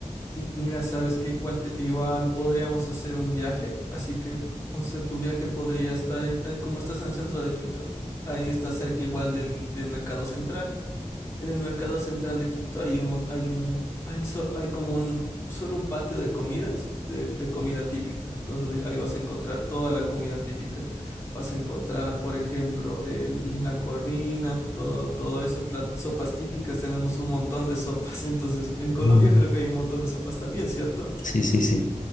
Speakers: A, on the left; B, on the left.
A: Sí, mira, sabes que igual, te- igual podríamos hacer un viaje, así que, o sea, tu viaje podría estar, eh, como estás en el centro de Quito, ahí está cerca igual del, del mercado central. En el mercado central de Quito hay un, hay un, hay, so- hay como un, solo un patio de comidas, de, de comida típica. Entonces ahí vas a encontrar toda la comida típica. Vas a encontrar, por ejemplo, el- la corvina, todo, todo eso, plat- sopas típicas. Tenemos un montón de sopas. <laughs> Entonces en Colombia
B: Mm.
A: creo que hay un montón de sopas también, ¿cierto?
B: Sí, sí, sí.